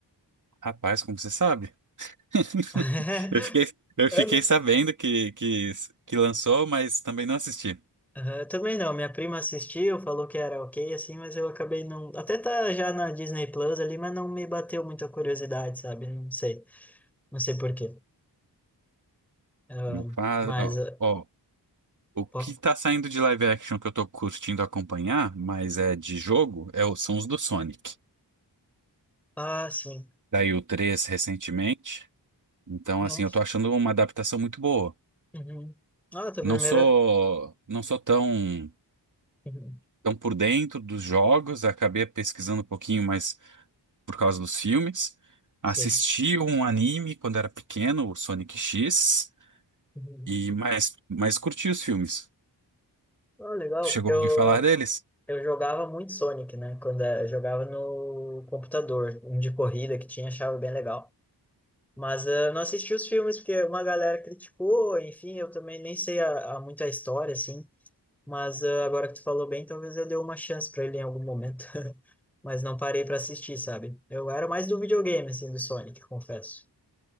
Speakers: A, on the right; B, in the centre.
A: Rapaz, como você sabe? <laughs>
B: <laughs>
A: Eu fiquei, eu
B: É,
A: fiquei
B: né?
A: sabendo que, que, que lançou, mas também não assisti.
B: Aham, eu também não, minha prima assistiu, falou que era ok, assim, mas eu acabei não. Até tá já na Disney Plus ali, mas não me bateu muita curiosidade, sabe? Não sei. Não sei por quê. Ah,
A: Não faz,
B: mas,
A: ó,
B: ah,
A: ó, o que
B: pô,
A: tá saindo de live action que eu tô curtindo acompanhar, mas é de jogo, é, o- são os do Sonic.
B: ah, sim.
A: Daí o 3 recentemente. Então,
B: Não.
A: assim, eu tô achando uma adaptação muito boa.
B: Uhum. Ah, tua
A: Não
B: primeira.
A: sou, não sou tão,
B: Uhum.
A: tão por dentro dos jogos, acabei pesquisando um pouquinho mais por causa dos filmes. Assisti
B: Sim.
A: um anime quando era pequeno, o Sonic X,
B: Uhum.
A: e mais, mais curti os filmes.
B: Ah, legal.
A: Tu chegou
B: Eu,
A: a ouvir falar deles?
B: eu jogava muito Sonic, né? Quando eh, eu jogava no computador, um de corrida que tinha, achava bem legal. Mas ah, eu não assisti os filmes porque uma galera criticou, enfim, eu também nem sei a, a, muito a história, assim. Mas ah, agora que tu falou bem, talvez eu dê uma chance para ele em algum momento. <laughs> mas não parei para assistir, sabe? Eu era mais do videogame, assim, do Sonic, confesso.